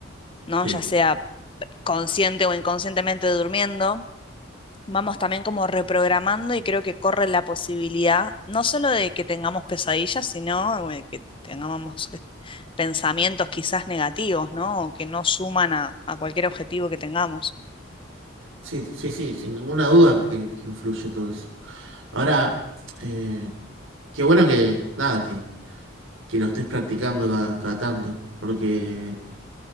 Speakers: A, on the left; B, on the right.
A: ¿no?
B: sí.
A: Ya sea consciente o inconscientemente durmiendo. vamos también como reprogramando y creo que corre la posibilidad no solo de que tengamos pesadillas, sino eh, que tengamos eh, pensamientos quizás negativos, ¿no? O que no suman a, a cualquier objetivo que tengamos.
B: Sí, sí, sí, sin ninguna duda que, que influye todo eso. Ahora, eh, qué bueno que, nada, que, que lo estés practicando cada, cada tanto, porque